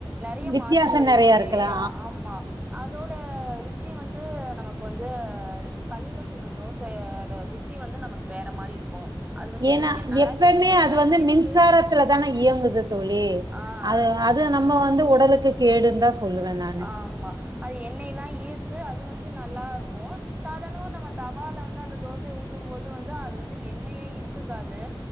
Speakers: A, on the right (about 15°); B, on the right (about 50°).
A: நிறைய
B: வித்தியாசம்
A: மாற்றங்கள்
B: நெறைய
A: இருக்கு
B: இருக்கலா
A: இல்லயா ஆமா அதோட ருசி வந்து நமக்கு வந்து கல்லுல சுட்ற தோசையோட ருசி வந்து நமக்கு வேற மாரி இருக்கு அது வந்து
B: ஏன்னா
A: என்ன நல்லா
B: எப்பமே
A: எண்ணெய்ல்லா
B: அது வந்து
A: ஈர்த்து
B: மின்சாரத்துல தானே இயங்குது தோழி
A: ஆ
B: அது அது நம்ம வந்து வந்து உடலுக்கு கேடுந்தா சொல்லுவனானு
A: ஆமா அது எண்ணெயல்லாம் ஈர்த்து அது வந்து நல்லா இருக்கு சாதாரணமா நம்ம தவால வந்து அந்த தோசைய ஊத்தும் போது வந்து அது வந்து எண்ணெய ஈர்த்தக்காது